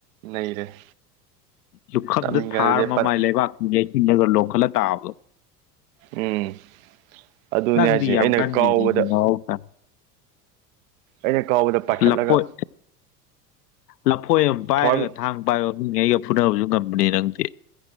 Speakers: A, on the right (about 60°); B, on the left (about 75°).
A: ꯅꯩꯔꯦ
B: ꯂꯨꯈꯝꯗ
A: ꯇꯝꯅꯤꯡꯉꯦ
B: ꯊꯥꯔ
A: ꯑꯗꯨꯗꯤ
B: ꯃꯃꯥꯏ
A: ꯄꯠ
B: ꯂꯩꯕꯥꯛꯁꯤꯡ ꯌꯩꯁꯤꯂꯒ ꯂ ꯂꯧꯈꯠꯂ ꯇꯥꯕꯗꯣ
A: ꯎꯝ ꯑꯗꯨꯅꯦ
B: ꯅꯪꯗꯤ
A: ꯍꯥꯏꯁꯦ
B: ꯌꯥꯝ
A: ꯑꯩꯅ
B: ꯀꯟꯒꯤꯕꯅꯤꯅ‌ꯦ
A: ꯀꯥꯎꯕꯗ
B: ꯃꯍꯧꯁꯥ
A: ꯑꯩꯅ ꯀꯥꯎꯕꯗ ꯄꯥꯏꯈꯠꯂꯒ
B: ꯂꯐꯣꯏ ꯂꯐꯣꯏ ꯑꯃ ꯄꯥꯏꯔꯒ
A: ꯊꯋꯥꯏ
B: ꯊꯥꯡꯕ ꯕꯥꯏ ꯃꯡꯉ ꯑꯩꯒ ꯐꯨꯅꯕꯁꯨ ꯉꯝꯕꯅꯤ ꯅꯪꯗꯤ